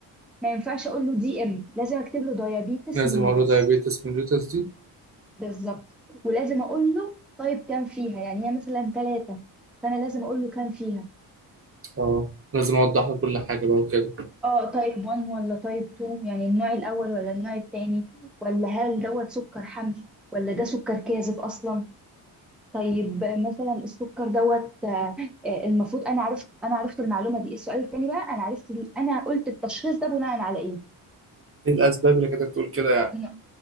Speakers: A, in the centre; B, on the right.
A: ما ينفعش اقول له دي ام لازم اكتب له دايابيتس
B: لازم
A: ميليتس
B: أقوله دايابيتس ميليتس دي
A: بالظبط ولازم اقول له طيب كام فيها يعني هي مثلا ثلاثه فانا لازم اقول له كام فيها
B: اه لازم اوضح له كل حاجه بقى وكده
A: اه طيب 1 ولا طيب 2 يعني النوع الاول ولا النوع الثاني ولا هل دوت سكر حمل ولا ده سكر كاذب اصلا طيب مثلا السكر دوت آه، آه، المفروض انا عرفت انا عرفت المعلومه دي السؤال التاني بقى انا عرفت ال- انا قلت التشخيص ده بناء على ايه
B: ايه الاسباب اللي كانت تقول كده يعني
A: بن-